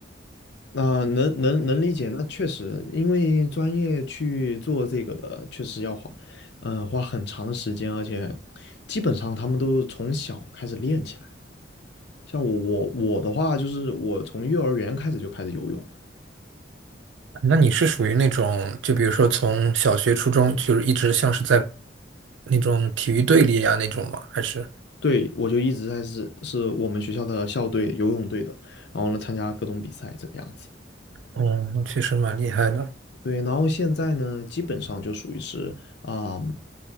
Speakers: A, on the left (about 65°); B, on the right (about 80°).
A: 那能能能理解，那确实，因为专业去做这个的，确实要花，嗯、花很长的时间，而且基本上他们都是从小开始练起来。像我我我的话，就是我从幼儿园开始就开始游泳了，
B: 那你是属于那种，就比如说从小学、初中，就是一直像是在那种体育队里啊那种吗？还是？
A: 对，我就一直在是是我们学校的校队游泳队的，然后呢参加各种比赛这个样子。
B: 嗯，那确实蛮厉害的。
A: 对，然后现在呢，基本上就属于是啊、